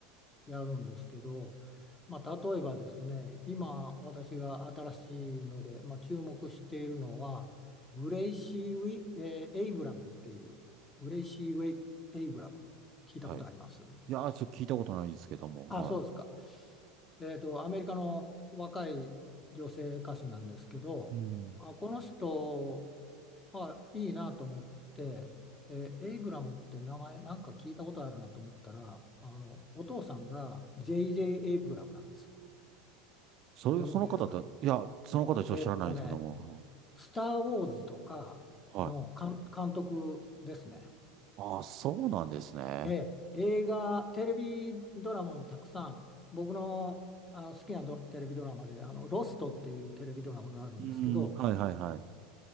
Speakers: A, on the left; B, on the right.
A: やるんですけど、まあ、例えばですね、今私が新しいので、まあ、注目しているのは、グレイシー・ウィ、えーエイブラムっていう、グレイシー・ウェイ・エイブラム、聞いたことあります
B: はい。いやー、ちょっと聞いたことないんですけども、
A: あ、
B: は
A: そうですか。えーと、アメリカの若い女性歌手なんですけど、
B: い。うん。
A: あ、この人、あ、いいなと思って、えーエイブラムって名前なんか聞いたことあるなと思ったら、あの、お父さんが J.J. エイブラムなんですよ。
B: それ、
A: ご存知ですか
B: その方だ、いや、その方ちょっと知らないんですけども、
A: えーっとね、スター・ウォーズとかの監監督ですね。
B: はい。ああ、そうなんですね。
A: ええ、映画、テレビドラマもたくさん、僕の、あの好きなドテレビドラマで、あの、ロストっていうテレビドラマがあるんですけど、
B: うーん、はいはいはい。